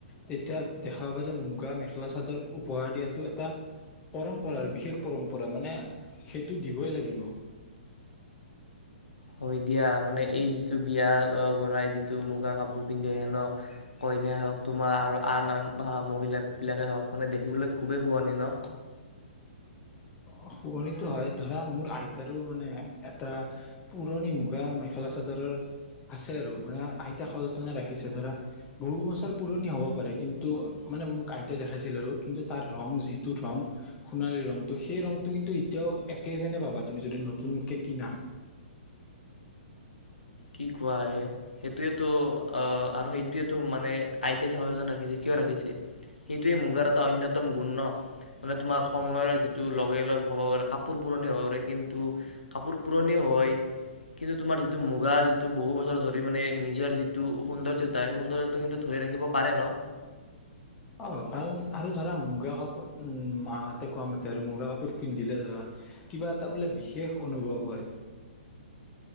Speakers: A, on the left; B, on the left.
A: তেতিয়া দেখা পাবা যে মুগা মেখেলা চাদৰ উপহাৰ দিয়াতটো এটা পৰম্পৰা আৰু বিশেষ পৰম্পৰা মানে সেইটো দিবই লাগিব৷
B: হয় দিয়া মানে এই যিটো বিয়া ঘৰাই যিটো মুগাৰ কাপোৰ পিন্ধি আহে ন কইনাই হওক তোমাৰ আৰু আন আন মহিল বিলাকে হওক মানে দেখিবলৈ খুবেই শুৱনি ন?
A: অ শুৱনিতো হয় ধৰা মোৰ আইতাৰো মানে এটা পুৰণি মুগা মেখেলা চাদৰৰ আছে আৰু মানে আইতা সযতন ৰাখিছে ধৰা বহু বছৰ পুৰণি হ'ব পাৰে কিন্তু মানে মোক আইতাই দেখাইছিল আৰু কিন্তু তাৰ ৰং যিটো ৰং সোণালী ৰংটো সি সেই ৰংটো কিন্তু এতিয়াও একে যেনে পাবা তুমি যদি নতুনকে কিনা ৷
B: কি কোৱা য়ে সেইটোৱেটো আহ আৰু সেইটোৱে মানে আইতাই যে সজতনে ৰাখিছে কিয় ৰাখিছে সেইটোৱে মুগাৰ এটা অয়নতম গুণ ন মানে তোমাৰ সময়ৰ যিটো লগে-লগে হ'ব পাৰে কাপোৰ পুৰণি হ'ব পাৰে কিন্তু কাপোৰ পুৰণিও হয় কিন্তু তোমাৰ যিটো মুগ ৱা যিটো বহু বছৰ ধৰি মানে নিজৰ যিটো সৌন্দৰ্যতা সেই সৌন্দৰ্যটো কিন্তু ধৰি ৰাখিব পাৰে ন?
A: অ কাৰণ আৰু ধৰা মুগা কাপোৰ উ মাহঁতে কোৱা মতে আৰু মুগা কাপোৰ পিন্ধিলে ধৰা কিবা এটা বোলে বিশেষ অনুভৱ হয়৷